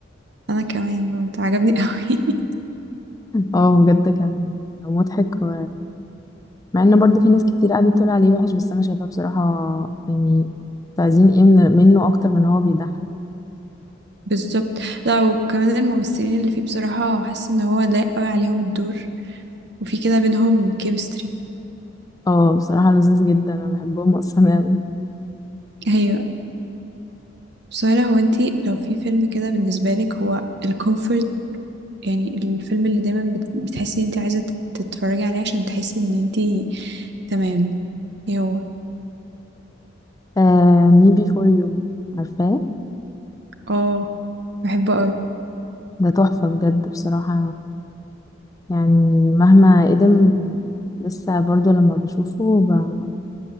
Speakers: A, on the right; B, on the left.
A: انا كمان برضه عجبني قوي <laughs>
B: اه بجد كان مضحك و... مع ان برضه في ناس كتير قعدت تقول عليه وحش بس انا شايفاه بصراحة يعني تعزين ايه من- منه اكتر من هو بيضحك
A: بالظبط لا وكمان الممثلين اللي فيه بصراحة حاسة ان هو لايق قوي عليهم الدور وفي كده بينهم كيمستري
B: اه بصراحة لذيذ جدا انا بحبهم <laughs> اصلا اوي
A: ايوه سهلا هو انتي لو في فيلم كده بالنسبة لك هو الكومفورت يعني الفيلم اللي دايما بت- بتحسي ان انتي عايزة تت- تتفرجي عليه عشان تحسي ان انتي تمام ايه هو
B: آه مي بي فور يو عارفاه
A: اه بحبه قوي
B: ده تحفة بجد بصراحة يعني مهما قدم لسه برضه لما بشوفه ب...